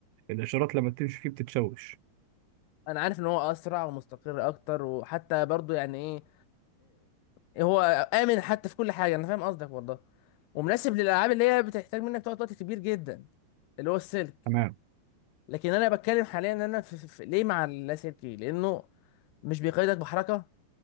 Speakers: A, on the right; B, on the left.
A: الاشارات لما بتمشي فيه بتتشوش
B: انا عارف ان هو اسرع ومستقر اكتر وحتى برضه يعني ايه اه، هو امن حتى في كل حاجه انا فاهم قصدك والله ومناسب للالعاب اللي هي بتحتاج منك تقعد وقت كبير جدا اللي هو السلك
A: تمام
B: لكن انا بتكلم حاليا ان انا في في في- ليه مع اللاسلكي لانه مش بيقيدك بحركه